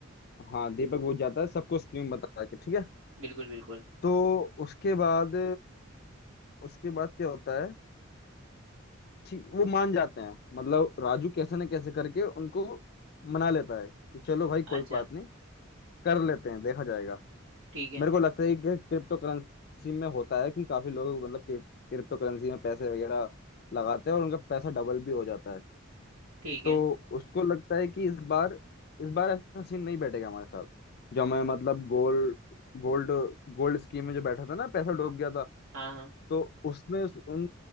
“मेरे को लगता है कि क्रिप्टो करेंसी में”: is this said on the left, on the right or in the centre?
Left